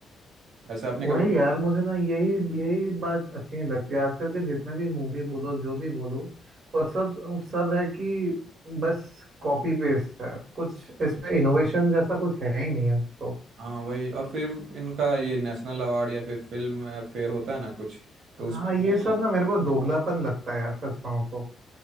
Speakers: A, on the right (about 70°); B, on the right (about 45°).
A: वैसे आपने
B: वही
A: कभी
B: यार मुझे ना यही यही बात अच्छी नहीं लगती आजकल के जितने भी मूवी बोलो जो भी बोलो वो सब सब है कि बस कॉपी पेस्ट है कुछ इसमें इनोवेशन जैसा कुछ है ही नहीं अब तो
A: हाँ वही और फिर इनका ये नेशनल अवार्ड या फिर फिल्म फेयर होता है ना कुछ तो उसमें
B: हाँ
A: भाई
B: ये सब ना मेरे को दोगलापन लगता है यार सच कहूँ तो